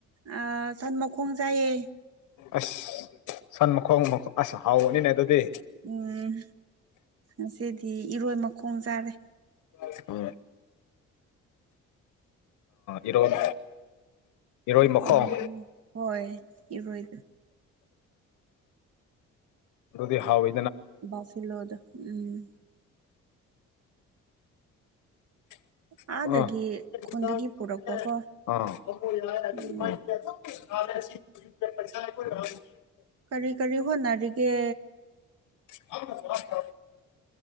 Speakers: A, on the right; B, on the left.
A: ꯑ ꯁꯟ ꯃꯈꯣꯡ ꯁꯥꯏꯌꯦ
B: ꯑꯁ ꯁꯟ ꯃꯈꯣꯡ ꯃꯈꯣꯡ ꯑꯁ ꯍꯥꯎꯅꯤꯅꯦ ꯑꯗꯨꯗꯤ
A: ꯎꯝ ꯉꯗꯤ ꯏꯔꯣꯏ ꯃꯈꯣꯡ ꯆꯥꯔꯦ
B: ꯁꯀ ꯏꯔꯣꯟ ꯏꯔꯣꯏ ꯃꯈꯣꯡ
A: ꯏꯔ ꯍꯣꯏ ꯏꯔꯣꯏ
B: ꯑꯗꯨꯗꯤ ꯍꯋ
A: ꯕꯥꯐꯤꯂꯣꯗ ꯎꯝ
B: ꯑ
A: ꯑꯥꯗꯒꯤ ꯈꯨꯟꯗꯒꯤ ꯄꯨꯔꯛꯄꯀꯣ
B: ꯑ
A: ꯎꯝ
B: ꯄ
A: ꯀꯔꯤ ꯀꯔꯤ ꯍꯣꯠꯅꯔꯤꯒꯦ
B: ꯀ ꯁꯥꯁ